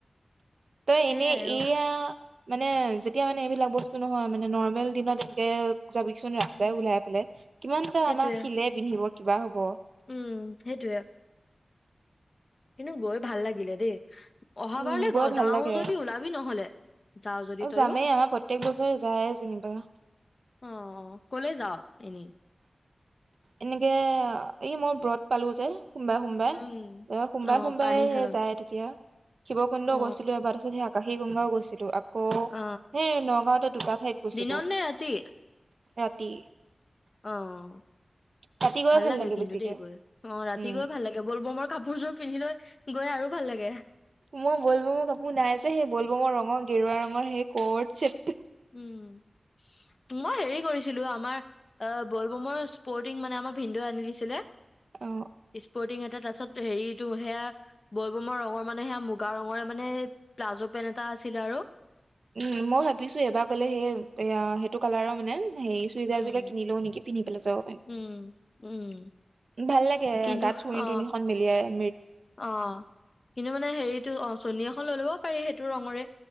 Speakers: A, on the right; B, on the left.
A: তই
B: সেইয়াই
A: এনে
B: আৰু
A: এয়া মানে যেতিয়া মানে এইবিলাক বস্তু নহয় মানে নৰ্মেল দিনত এনেকে যাবিচোন ৰাস্তাই
B: উম
A: ওলাই পেলাই কিমান এটা
B: সেইটোয়ে
A: আমাক শিলে পিন্ধিব কিবা হ'ব
B: উম সেইটোৱে। কিন্তু গৈ ভাল লাগিলে দেই। অহাবাৰলৈ
A: উম, গৈ ভাল
B: যাও
A: লাগে
B: যদি ওলাবি নহলে, যাও যদি
A: আৰু
B: তইও।
A: যামেই আমাৰ প্ৰত্যেক বছৰে যায় যেনিবা।
B: অ' কলৈ যাও এনেই?
A: এনেকে, এই মই ব্ৰত পালো যে। সোমবাৰে সোমবাৰে
B: উম
A: অ' সোমবাৰে সোমবাৰে
B: পানী ঢাল
A: যায় তেতিয়া। শিবকুন্দ
B: অ
A: গৈছিলো এবাৰ আকাশী গংগাও গৈছিলো। আকৌ,
B: অ
A: সেই নগাঁওতে দুটা ঠাইত গৈছিলো।
B: দিনত নে ৰাতি
A: ৰাতি।
B: অ'।
A: ৰাতি গৈ
B: ভাল লাগে কিন্তু
A: বেছিকে
B: দেই গৈ, অ' ৰাতি
A: উম।
B: গৈ ভাল লাগে বল বমৰ কাপোৰযোৰ পিন্ধি লৈ। গৈ আৰু ভাল লাগে।
A: মই বলবমৰ কাপোৰ নাই যে, সেই বলবমৰ ৰঙৰ গেৰুৱা ৰঙৰ সেই কো অৰ্থ চেটটো।
B: উম। মই হেৰি কৰিছো ছিলো, আমাৰ আহ বল বমৰ স্পৰ্টিং মানে আমাৰ ভিন্দেও আনি দিছিলে।
A: অ।
B: স্পৰ্টিং এটা এয়া তাৰ পিছত হেৰিটো সেয়া বল বমা ৰঙৰ মানে সেয়া মুগা ৰঙৰে মানে স প্লাজো পেণ্ট এটা আছিলে আৰু।
A: উম, মই ভাবিছো এবাৰ গলে সেই এয়া সেইটো কালাৰৰ মানে সেই চইজাৰ
B: উম
A: এযোৰকে কিনিলও নেকিন্ধি পাৰিম,
B: উম
A: ভাল লাগে
B: কিন্তু
A: গাত চুণ-
B: অ
A: তুণিখন মিলিয়াই <inaudible>
B: অ' কিন্তু মানে হেৰিতটো অ' চুৰ্ণী এখন লৈ ল'ব পাৰি সেইটো ৰঙৰে।